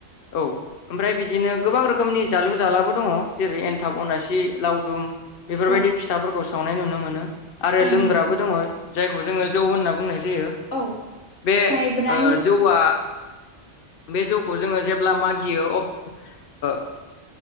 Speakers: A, on the left; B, on the left.
A: औ। ओमफ्राय बिदिनो गोबां रोखोमनि जालु जालाबो दङ जेरै एन्थाब अनासि लावदुम बेफोरबायदि
B: औ
A: फिथाफोरखौ सावनाय नुनो मोनो आरो
B: औ
A: लोंग्राबो
B: नंगौ नोंथां
A: दङ जायखौ जोङो जौ होनना बुंनाय जा यो।
B: औ
A: बे
B: माइब्रानि
A: जौआ बे जौखौ जोङो जेब्ला मागियो। अब्ला ओ